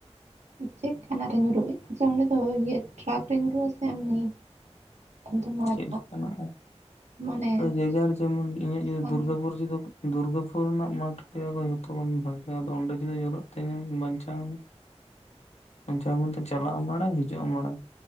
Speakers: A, on the right (about 80°); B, on the left (about 70°).
A: ᱪᱮᱜ ᱠᱟᱱᱟᱜ ᱨᱮ ᱧᱩᱨᱩᱜ ᱜᱤ ᱟᱪᱪᱷᱟ ᱚᱸᱰᱮ ᱫᱚ ᱤᱭᱟᱹ ᱴᱨᱟᱠ ᱨᱮ ᱧᱩᱨᱩᱜ ᱟ ᱥᱮ ᱮᱢᱱᱤ ᱛᱳᱢᱟᱨ
B: ᱪᱮᱫ ᱞᱮᱠᱟᱱᱟᱜ
A: ᱢᱟᱱᱮ
B: ᱡᱮᱡᱟᱨ ᱡᱮᱢᱚᱱ ᱤᱧᱟᱹᱜ ᱡᱩᱫᱤ
A: ᱥᱟᱺᱜᱤᱧ
B: ᱫᱩᱨᱜᱟᱹᱯᱩᱨ ᱡᱩᱫᱤ ᱫᱩᱨᱜᱟᱹᱯᱩᱨ ᱨᱮᱱᱟᱜ ᱢᱟᱴᱷ ᱞᱮᱭᱟ ᱠᱚ ᱡᱷᱚᱛᱚ ᱠᱷᱚᱱ ᱵᱷᱟᱜᱮᱭᱟ ᱟᱫᱚ ᱚᱸᱰᱮ ᱡᱩᱫᱤ ᱧᱩᱨᱚᱜ ᱛᱤᱧᱟ ᱵᱟᱧᱪᱟᱣ ᱱᱤᱧ ᱵᱟᱧᱪᱟᱣ ᱵᱚᱞᱛᱮ ᱪᱟᱞᱟᱜ ᱟᱢ ᱢᱟᱲᱟᱝ ᱦᱤᱡᱩᱜ ᱟᱢ ᱢᱟᱲᱟᱝ